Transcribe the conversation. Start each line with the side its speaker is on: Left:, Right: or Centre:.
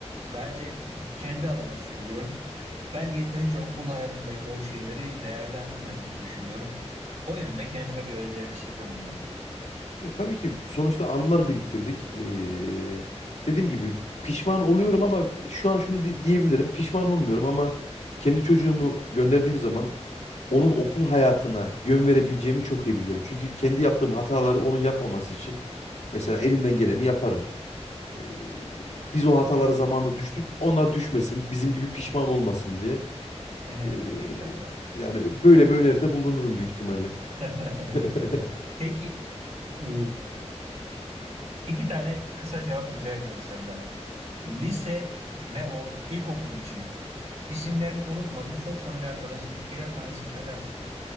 Right: bence kendi adıma söylüyorum. Ben yeterince okul hayatındaki o şeyleri değerlendirmediğimi düşünüyorum. O yönde kendime bir öz eleştiride bulunuyorum.
Left: Ya tabii ki sonuçta anılar biriktirdik. Ee, dediğim gibi pişman oluyorum ama şu an şunu di- diyebilirim. Pişman olmuyorum ama kendi çocuğumu gönderdiğim zaman onun okul hayatına yön verebileceğimi çok iyi biliyorum. Çünkü kendi yaptığım hataları onun yapmaması için mesela elimden geleni yaparım. Ee, biz o hatalara zamanında düştük. Onlar düşmesin, bizim gibi pişman olmasın diye.
Right: Evet,
Left: Ee,
Right: inşallah.
Left: yani böyle bir öneride bulunurum büyük ihtimalle.
Right: <laughs>
Left: <laughs>
Right: Peki, e, iki tane kısa cevap rica ediyorum senden. Lise ve or ilkokul için isimlerini unutmadın. Çok samimi arkadaşın birer tane isim söyler misin bana?